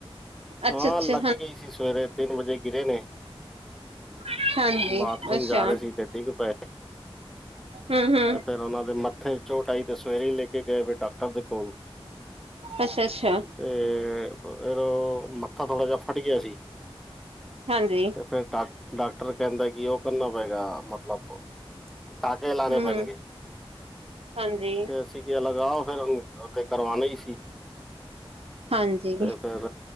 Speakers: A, on the right (about 80°); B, in the centre.
A: ਅੱਛਾ-ਅੱਛਾ,
B: ਹਾਂ, ਲੱਗ ਗੀ ਗਈ ਸੀ ਸਵੇਰੇ ਤਿੰਨ ਵਜੇ ਗਿਰੇ ਨੇ
A: ਹਾਂਜੀ-ਹਾਂਜੀ,
B: ਬਾਥਰੂਮ
A: ਅੱਛਾ।
B: ਜਾ ਰੇ ਸੀ ਤੇ ਡਿੱਗ ਪਏ
A: ਹੂੰ-ਹੂੰ।
B: ਫੇਰ ਓਨਾਂ ਦੇ ਮੱਥੇ 'ਚ ਚੋਟ ਆਈ ਤੇ ਸਵੇਰੇ ਈ ਲੇਕੇ ਗਏ ਫੇਰ ਡਾਕਟਰ ਦੇ ਕੋਲ
A: ਅੱਸ਼-ਅੱਸਾ਼।
B: ਤੇ, ਬ ਅਰ ਮੱਥਾ ਥੋੜਾ ਜਾ ਫੱਟ ਗੇਆ ਸੀ।
A: ਹਾਂਜੀ।
B: ਤੇ ਫੇਰ ਡਾ ਡਾਕਟਰ ਕੈਂਦਾ ਕਿ ਓ ਕਰਨਾ ਪਏਗਾ ਮਤਲਬ, ਟਾਕੇ ਲ
A: ਹੂੰ-ਹੂੰ,
B: ਗਨ ਗੇ।
A: ਹਾਂਜੀ।
B: ਤੇ ਅਸੀਂ ਕੇਆ ਲਗਾਓ ਫੇਰ ਹੁਨ ਓਤੇ ਕਰਵਾਨਾ ਈ ਸੀ
A: ਹਾਂਜੀ,
B: ਤੇ ਫੇਰ,